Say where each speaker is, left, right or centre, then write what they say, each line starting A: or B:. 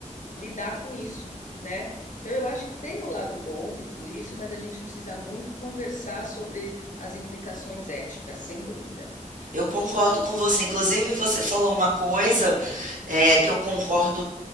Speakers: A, on the left; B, on the right.
A: lidar com isso, né? Então eu acho que tem o lado bom de tudo isso, mas a gente precisa muito conversar sobre as implicações éticas, sem dúvida.
B: Eu concordo com você. Inclusive, você falou uma coisa, eh, que eu concordo